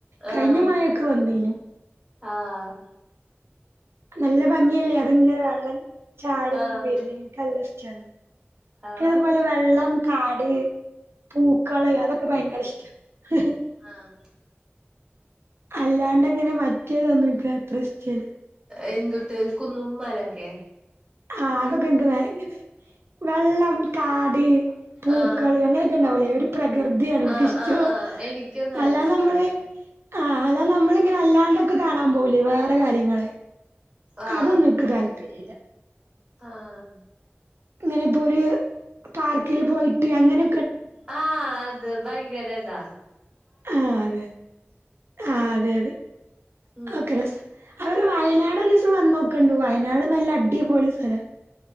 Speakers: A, on the right; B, on the right.
A: കയിഞ്ഞ
B: ആഹ്
A: മയക്കെ വന്നീനു
B: ആഹ്
A: നല്ല ഭംഗിയല്ലേ അത്ങ്ങനെ വെള്ളം ചാടിങ്ങ്
B: ആഹ്
A: വരുന്നെ എനിക്ക് നല്ല ഇഷ്ടാണ്
B: ആഹ്
A: പിന്നതുപോലെ വെള്ളം കാട് പൂക്കള് അതൊക്കെ ഭയങ്കര ഇഷ്ട്ടാ ങ്‌ ഹ് ഹ്
B: ആഹ്
A: അല്ലാണ്ട്ങ്ങനെ മറ്റേതൊന്നും എക്ക് അത്രഷ്ടല്ല
B: എന്തുട്ട് കുന്നും മലൊക്കെ
A: ആഹ് അതൊക്കെ എനിക് വയങ്കര വെള്ളം കാട് പൂക്കള്
B: ആഹ്
A: അങ്ങനെയൊക്കെണ്ടാവൂലേ ഒരു പ്രകൃതിയാണെനിക്കിഷ്ടം
B: ആഹ് ആഹ് ആഹ് എനിക്കും നല്ല
A: അല്ലാ
B: ഇഷ്ടാ
A: നമ്മള്
B: അതൊക്കെ
A: ആഹ് അല്ലാ നമ്മളിങ്ങനെ അല്ലാണ്ടൊക്കെ കാണാമ്പോവൂലെ വേറെ കാര്യങ്ങള്
B: ആഹ്
A: അതൊന്നുംക്ക് താല്പര്യല്ല
B: ആഹ്
A: ഇങ്ങനെ ഇപ്പോര് പാർക്കിൽ പോയിട്ട് അങ്ങനെ
B: ആഹ് അത് ഭയങ്കരതാ
A: ആഹ് അതെ ആഹ് അതെയതേ
B: ഉം
A: ഓക്കെ രസ അവര് വയനാട് ഒരീസം വന്ന് നോക്കണ്ടു വയനാട് നല്ല അടി പൊളി സലാ